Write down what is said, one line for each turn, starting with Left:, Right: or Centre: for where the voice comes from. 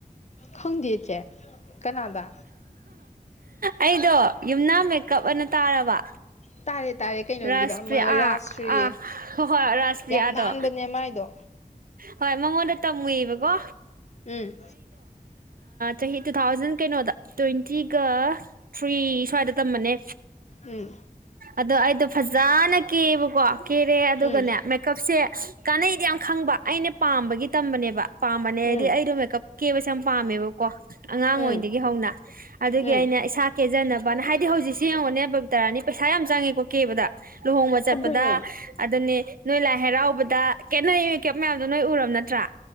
Left: ꯈꯪꯗꯦ ꯆꯦ ꯀꯅꯥꯗ
Right: ꯑꯩꯗꯣ ꯌꯨꯝꯅꯥꯝ ꯃꯦꯀꯞ ꯑꯅ ꯇꯥꯔꯕ
Left: ꯇꯥꯔꯦ ꯇꯥꯔꯦ ꯀꯩꯅꯣꯒꯤꯗ
Right: ꯔꯥꯁꯄ꯭ꯔꯤꯌꯥ
Left: ꯑꯃ ꯔꯥꯖꯁ꯭ꯔꯤ
Right: ꯑꯥ ꯑ ꯍꯣ ꯍꯣꯏ ꯔꯥꯁꯄ꯭ꯔꯤꯌꯥꯗꯣ
Left: ꯌꯥꯝ ꯅꯥꯟꯕꯅꯦ ꯃꯥꯏꯗꯣ
Right: ꯍꯣꯏ ꯃꯉꯣꯟꯗ ꯇꯃꯨꯏꯕꯀꯣ
Left: ꯎꯝ
Right: ꯆꯍꯤ ꯇꯨ ꯊꯥꯎꯖꯟ ꯀꯩꯅꯣꯗ ꯇ꯭ꯋꯦꯟ ꯇꯤꯒ ꯇ꯭ꯔꯤ ꯁ꯭ꯋꯥꯏꯗ ꯇꯃꯕꯅꯦ
Left: ꯎꯝ
Right: ꯑꯗ ꯑꯩꯗꯣ ꯐꯖꯅ ꯀꯦꯕꯀꯣ ꯀꯦꯔꯦ ꯑꯗꯨꯒꯅꯦ
Left: ꯎꯝ
Right: ꯃꯦꯛꯀꯞꯁꯦ ꯀꯥꯟꯅꯩꯗꯤ ꯌꯥꯝ ꯈꯪꯕ ꯑꯩꯅ ꯄꯥꯝꯕꯒꯤ ꯇꯝꯕꯅꯦꯕ ꯄꯥꯝꯕꯅꯦ
Left: ꯎꯝ
Right: ꯍꯥꯏꯗꯤ ꯑꯩꯗꯣ ꯃꯦꯀꯞ ꯀꯦꯕꯁꯦ ꯌꯥꯝ ꯄꯥꯝꯃꯦꯕꯀꯣ ꯑꯉꯥꯡ
Left: ꯎꯝ
Right: ꯑꯣꯢꯗꯒꯤ ꯍꯧꯅ ꯑꯗꯨꯒꯤ
Left: ꯎꯝ
Right: ꯑꯩꯅ ꯏꯁꯥ ꯀꯦꯖꯅꯕꯅ ꯍꯥꯏꯗꯤ ꯍꯧꯖꯤꯛꯁꯦ ꯌꯦꯡꯉꯣꯅꯦ ꯕꯕꯤꯇꯥꯔꯥꯅꯤ ꯄꯩꯁꯥ ꯌꯥꯝ ꯆꯪꯉꯦꯀꯣ ꯀꯦꯕꯗ ꯂꯨꯍꯣꯡꯕ ꯆꯠꯄꯗ
Left: ꯑꯗꯨꯅꯦ
Right: ꯑꯗꯨꯅꯦ ꯅꯣꯏ ꯂꯥꯏ ꯍꯔꯥꯎꯕꯗ ꯈꯦꯅꯩ ꯀꯩ ꯃꯌꯥꯝꯗꯣ ꯅꯣꯏ ꯎꯔꯕ ꯅꯠꯇ꯭ꯔꯥ